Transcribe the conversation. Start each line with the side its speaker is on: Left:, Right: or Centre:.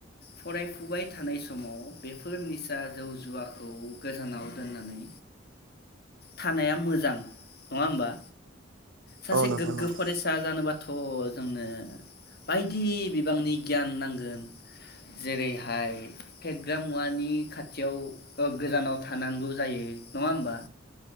Left: फरायफुबाय थानाय समाव बेफोर निसा जौ-जुवाखौ गोजानाव दोननानै थानाया मोजां नङा होमबा? सासे
Right: नोंथां
Left: गोग्गो
Right: औ नोंथां नंगौ
Left: फरायसा जानोबा थ जोंनो बायदि बिबांनि गियान नांगोन जेरैहाय फेग्रा मुवानि खाथियाव ओ गोजानाव थानांगौ जायो नङा होमबा?